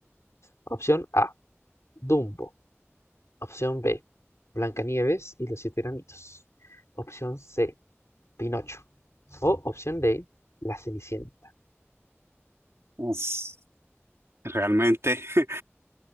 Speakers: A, on the left; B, on the right.
A: Opción A, Dumbo. Opción B, Blancanieves y los siete enanitos. Opción C, Pinocho. O opción D, La Cenicienta.
B: Uf, realmente <laughs>